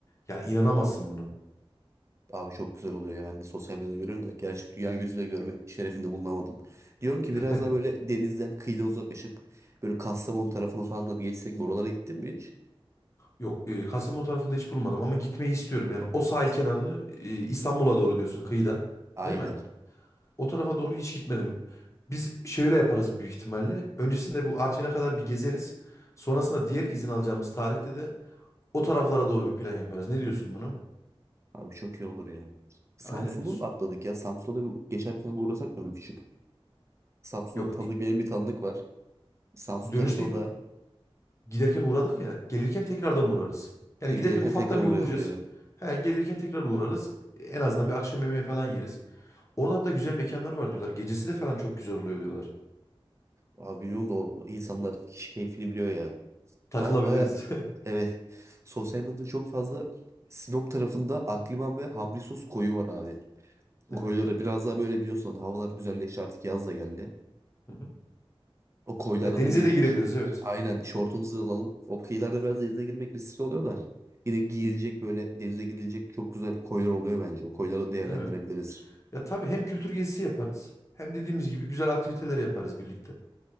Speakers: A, on the left; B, on the right.
A: yani inanamazsın buna.
B: Abi çok güzel oluyor ya ben de sosyal medyada görüyorum da gerçek dünya gözüyle görme şerefinde bulunamadım. Diyorum ki biraz
A: <laughs>
B: daha böyle denizden kıyıdan uzaklaşıp böyle Kastamonu tarafına falan da bir geçsek mi? Oralara gittin mi hiç?
A: Yok, e, Kastamonu tarafında hiç bulmadım ama gitmeyi istiyorum. Yani o sahil kenarını e, İstanbul'a doğru diyorsun kıyıdan,
B: Aynen.
A: değil mi? O tarafa doğru hiç gitmedim. Biz şöyle yaparız büyük ihtimalle. Öncesinde bu Artvin'e kadar bir gezeriz. Sonrasında diğer izin alacağımız tarihte de O taraflara doğru bir plan yaparız. Ne diyorsun buna?
B: Abi çok iyi olur ya. Samsun'u
A: Aynen.
B: atladık ya. Samsun'a da bir geçerken bir uğrasak mı bir küçük? Samsun'da
A: Yok.
B: tanıdık
A: i-
B: benim bir tanıdık var. Samsun
A: Dönüşte
B: tarafına da
A: giderken uğradık ya. Gelirken tekrardan uğrarız. Yani
B: şey
A: giderken
B: gelirken
A: ufaktan
B: tekrar uğrayalım
A: bir uğrayacağız.
B: diyorum.
A: He, gelirken tekrar uğrarız. En azından bir akşam yemeği falan yeriz. Orada hatta güzel mekanlar var diyorlar. Gecesi de falan çok güzel oluyor diyorlar.
B: Abi bilmiyorum da o insanlar kişi keyfini biliyor ya.
A: Takılabiliriz.
B: Ben baya
A: <laughs>
B: evet sosyal medyada çok fazla Sinop tarafında Akliman ve Hamri Sos koyu var abi. Bu
A: Evet.
B: koylara biraz daha böyle biliyorsun havalar güzelleşti artık yaz da geldi.
A: Hı hı.
B: O koylara
A: Ya denize
B: da bir
A: de girebiliriz
B: ş-
A: evet.
B: aynen şortumuzu alalım. O kıyılarda biraz denize girmek riskli oluyor da yine giyilecek böyle denize gidilecek çok güzel koylar oluyor bence. O koyları değerlendirebiliriz.
A: Evet. Ya tabii hem kültür gezisi yaparız. Hem dediğimiz gibi güzel aktiviteler yaparız birlikte.